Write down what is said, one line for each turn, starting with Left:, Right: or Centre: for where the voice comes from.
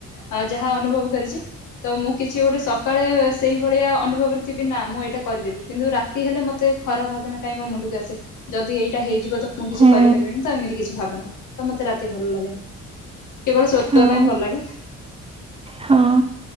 Left: ଆ ଯାହା ଅନୁଭବ କରିଚି। ତ ମୁଁ କିଛି ଗୋଟେ ସକାଳେ ସେଇ ଭଳିଆ ଅନୁଭବରେ ଥିବି ନା ମୁଁ ଏଇଟା କରିଦେବି। କିନ୍ତୁ ରାତି ହେଲେ ମତେ ଖରାପ ଭାବନା କାଇଁ ମୋ ମୁଣ୍ଡକୁ ଆସେ ଯଦି ଏଇଟା ହେଇଯିବ ତ ମୁଁ କିଛି
Right: ହୁଁ
Left: କରିପାରିବିନି ତ ଏମିତି କିଛି ଭାବନା ତ ମତେ ରାତି ଭଲ ଲାଗେନି। କେବଳ ଶୋଇବା
Right: ହଉ
Left: ପାଇଁ ଭଲ ଲାଗେ।
Right: ହଁ।